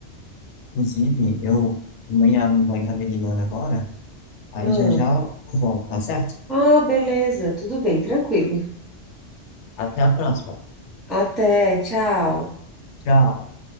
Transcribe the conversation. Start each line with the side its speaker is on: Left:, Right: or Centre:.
Left: Inclusive, eu, minha mãe tá me ligando agora, aí
Centre: Ah.
Left: já já eu volto, tá certo?
Centre: Ah, beleza, tudo bem, tranquilo.
Left: Até a próxima.
Centre: Até, tchau.
Left: Tchau.